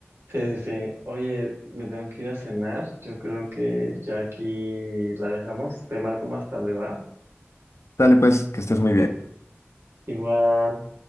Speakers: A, on the right; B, on the left.
A: sí, sí, sí. Oye, me tengo que ir a cenar. Yo creo que ya aquí la dejamos. Te marco más tarde, ¿va?
B: Dale pues, que estés muy bien.
A: Igual.